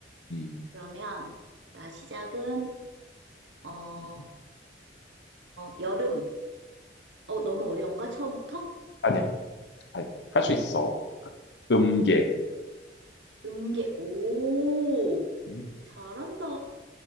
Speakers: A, on the left; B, on the right.
A: 음.
B: 그러면, 나 시작은, 어, 어,
A: 음.
B: 여름. 어, 너무 어려운가? 처음부터?
A: 아니야. 아니, 할수 있어. 음계.
B: 음계. 오,
A: 음.
B: 잘한다.